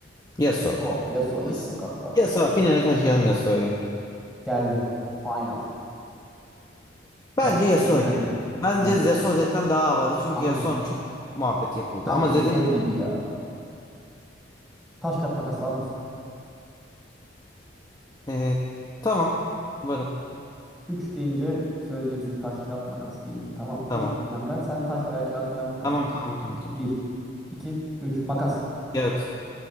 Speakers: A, on the left; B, in the centre.
A: Yasuo
B: Yasuo,
A: kanka
B: Yasuo
A: ya.
B: yine
A: Yas-
B: tokatlar
A: Yasuo
B: bunu.
A: finale taşıyalım Yasuo'yu.
B: Geldi. Final.
A: Bence
B: Yasuo
A: Yasuo
B: mu
A: yine.
B: Zed mi?
A: Bence
B: Yani
A: Yasuo Zed'den daha havalı. Çünkü
B: kankam
A: Yasuo'nun çok muhabbet yapıldı.
B: bence
A: Ama Zed'in
B: Zed gibi ya. Taş kağıt makas var mısın?
A: e, tamam. Varım.
B: Üç deyince söyleyeceksin taş kağıt makas deyin. Tamam mı?
A: Tamam.
B: 3 diyeceğim ben. Sen taş veya kağıt veya makas.
A: Tamam tamam tamam tamam.
B: Bir
A: tamam.
B: 2 3 makas.
A: Evet.